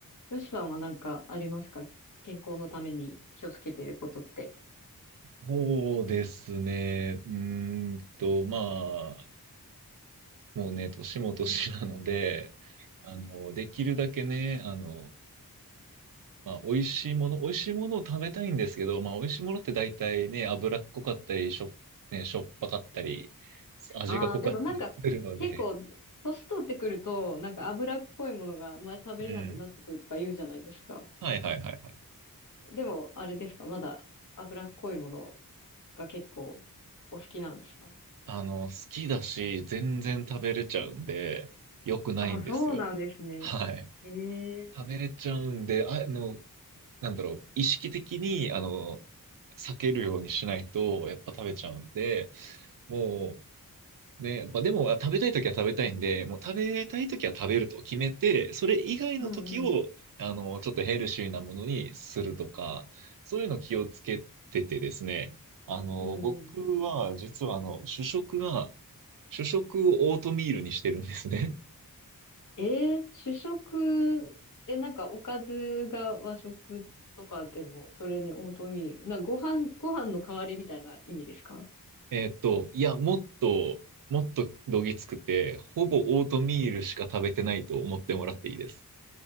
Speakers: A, on the left (about 55°); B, on the right (about 65°).
A: よしさんはなんかありますか健康のために気をつけていることって。
B: そうですね。うーんと、まあ、もうね、年も年なので、あの、できるだけね、あの、まあ、美味しいもの、美味しいものを食べたいんですけど、まあ、美味しいものって大体ね、脂っこかったり、しょ、ね、しょっぱかったり、味が濃かったりするので、
A: ああ、でもなんか結構、年取ってくると、なんか脂っこいものが前食べれなくなってくるとか言うじゃないですか。
B: うん。はいはいはいはい。
A: でも、あれですかまだ脂っこいものが結構お好きなんですか
B: あの、好きだし、全然食べれちゃうんで、良くないんですよ。
A: あ、そうなんですね。
B: はい。
A: ええ。
B: 食べれちゃうんで、あの、なんだろう、意識的に、あの、避けるようにしないと、やっぱ食べちゃうんで、もう、ね、やっぱでも、あ食べたいときは食べたいんで、もう食べたいときは食べると決めて、それ以外のときを、
A: うんうん。
B: あの、ちょっとヘルシーなものにするとか、そういうの気をつけててですね、あの、
A: うん
B: 僕は、実は、あの、主食が、主食をオートミールにしてるんですね。
A: えー、主食、え、なんかおかずが和食とかでも、それにオートミール。なんかご飯、ご飯の代わりみたいな意味ですか
B: えーっと、いや、もっと、もっとどぎつくて、ほぼオートミールしか食べてないと思ってもらっていいです。